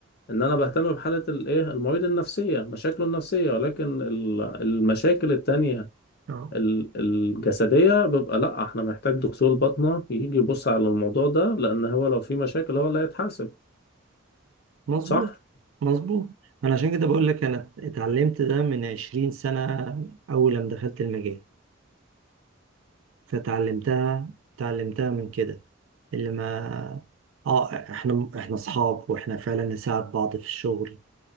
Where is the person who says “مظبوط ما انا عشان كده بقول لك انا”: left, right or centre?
Right